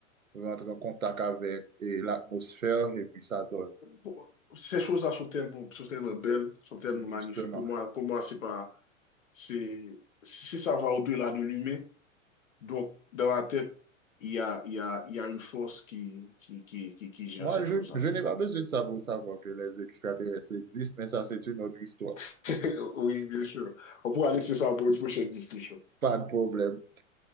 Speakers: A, on the right (about 85°); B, on the left (about 70°).
A: rentre en contact avec et l'atmosphère et puis ça donne,
B: Pour- Ces choses-là sont tellement, sont tellement belles, sont tellement
A: justement.
B: magnifiques. Pour moi, pour moi, c'est pas, c'est, si ça va au-delà de l'humain, Donc, dans ma tête, il y a, il y a, il y a une force qui, qui, qui, qui, qui gère
A: Moi,
B: ces
A: je,
B: choses-là.
A: je n'ai pas besoin de ça pour savoir que les extraterrestres existent, mais ça, c'est une autre histoire.
B: <laughs> Oui, bien sûr. On pourra laisser ça pour une prochaine discussion.
A: Pas de problème.